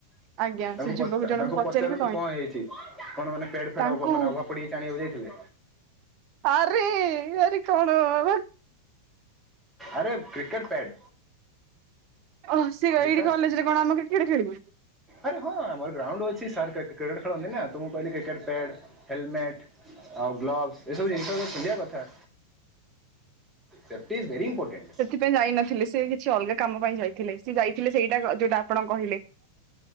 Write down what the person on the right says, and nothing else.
ଆଜ୍ଞା
ସେ ଯୁବକ
ଜଣଙ୍କୁ
ପଚାରିବି
ତାଙ୍କୁ
ଆରେ ଆରେ କଣ ଭାକ?
ଓହ ସେ ଏଇଠି
କଲେଜରେ କଣ ଆମେ କ୍ରିକେଟ ଖେଳିବୁ?
ଶେ ପାଇଁ ଯାଇନଥିଲେ। ସେ କିଛି ଅଲଗା କାମ ପାଇଁ ଯାଇଥିଲେ। ସେ ଯାଇଥିଲେ ସେଇଟା କ ଯୋଉଟା ଆପଣ କହିଲେ।